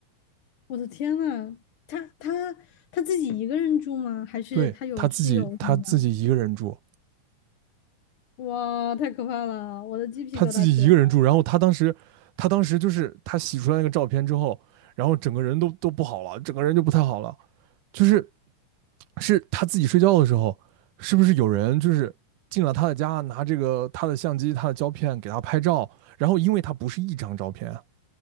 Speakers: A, on the left; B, on the right.
A: 我的天呐，他他他自己一个人住吗？还是他有室友什么的？
B: 对他自己，他自己一个人住，
A: 哇，太可怕了！我的鸡皮疙瘩起来了
B: 他自己一个人住，然后他当时，他当时就是他洗出来那个照片之后，然后整个人都都不好了，整个人就不太好了，就是是他自己睡觉的时候，是不是有人就是进了他的家，拿这个他的相机、他的胶片给他拍照？然后因为他不是一张照片啊，